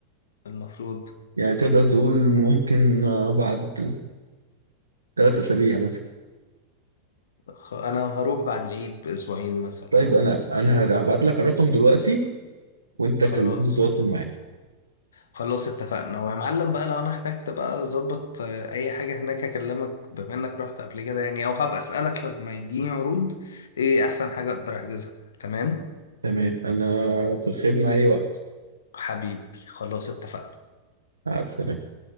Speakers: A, on the left; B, on the right.
A: المفروض
B: يعني تقدر تقول ممكن آه، بعد ثلاث اسابيع مثلا
A: خ- انا هروح بعد العيد باسبوعين مثلا
B: طيب انا انا
A: ل-
B: هبعت
A: لا
B: لك الرقم دلوقتي وانت
A: خلاص
B: كلمني تواصل معايا
A: خلاص اتفقنا ويا معلم بقى لو انا احتجت بقى اظبط آه، اي حاجه هناك اكلمك بما انك رحت قبل كده يعني او هبقى اسالك لما يجيني عروض ايه احسن حاجه اقدر احجزها تمام
B: تمام انا في الخدمة اي وقت
A: حبيبي خلاص اتفقنا
B: مع السلامة